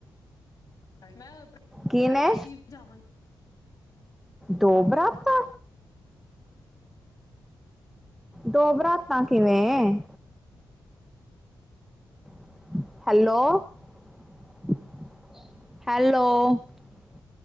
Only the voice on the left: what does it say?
ਮੈਂ
ਅਸੀਂ ਜਾਵਾਂਗੇ। <unintelligible>